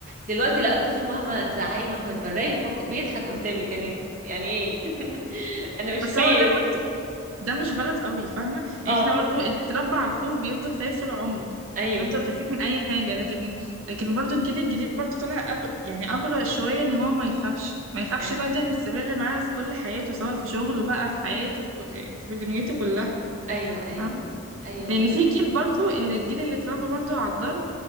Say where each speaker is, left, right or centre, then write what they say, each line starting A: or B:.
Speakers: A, on the right (about 40°); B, on the right (about 80°).
A: دلوقتي لا الطفل مهما تزعقي مهما تبرقي وفق... بيضحك قدامك يعني يعني ايه <laughs> انا مش
B: بس
A: خايف
B: هو ده برضه ده مش غلط قوي فاهمة يعني
A: اه
B: احنا برضه اللي بيتربى على الخوف بيفضل خايف طول عمره
A: ايوه
B: بنفضل خايفين من أي حاجة لكن لكن برضه الجيل الجديد برضه طالع أجر... يعني أجرأ شوية إن هو ما يخافش ما يخافش
A: ايوه
B: بقى دي هتستمر معاه في كل حياته سواء في شغله بقى في حياته في, كل... في دنيته كلها
A: ايوه ايوه
B: فاهمة
A: ايوه
B: لأن
A: فا
B: في جيل برضه اللي الجيل اللي اتربى برضه على الضرب